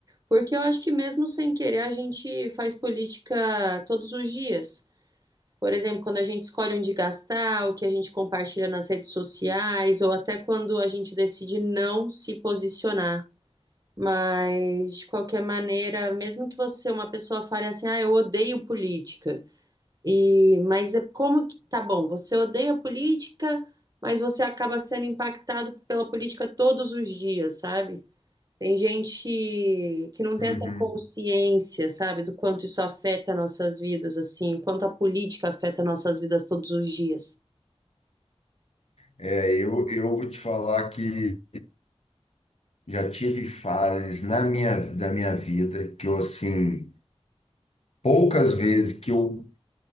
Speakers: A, on the right; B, on the left.
A: Porque eu acho que mesmo sem querer a gente faz política todos os dias. Por exemplo, quando a gente escolhe onde gastar, o que a gente compartilha nas redes sociais, ou até quando a gente decide não se posicionar. Mas, de qualquer maneira, mesmo que você, uma pessoa, fale assim, ah, eu odeio política. E, mas é como que, tá bom, você odeia política, mas você acaba sendo impactado pela política todos os dias, sabe? Tem gente que não tem
B: Uhum.
A: essa consciência, sabe, do quanto isso afeta nossas vidas, assim, o quanto a política afeta nossas vidas todos os dias.
B: É, eu, eu vou te falar que já tive fases na minha, da minha vida que eu, assim, poucas vezes que eu,